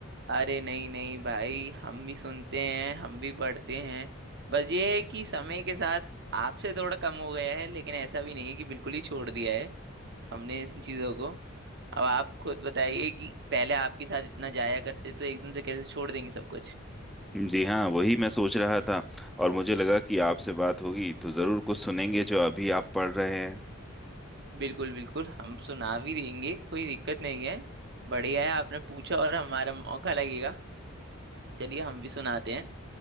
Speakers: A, on the right; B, in the centre.
A: अरे नहीं नहीं भाई हम भी सुनते हैं हम भी पढ़ते हैं बस ये है कि समय के साथ आपसे थोड़ा कम हो गया है लेकिन ऐसा भी नहीं है कि बिल्कुल ही छोड़ दिया है हमने इन चीज़ों को अब आप खुद बताइए कि पहले आपके साथ इतना जाया करते तो एकदम से कैसे छोड़ देंगे सब कुछ
B: जी हाँ वही मैं सोच रहा था और मुझे लगा कि आपसे बात होगी तो जरूर कुछ सुनेंगे जो अभी आप पढ़ रहे हैं
A: बिल्कुल बिल्कुल हम सुना भी देंगे कोई दिक्कत नहीं है बढ़िया है आपने पूछा और हमारा मौका लगेगा चलिए हम भी सुनाते हैं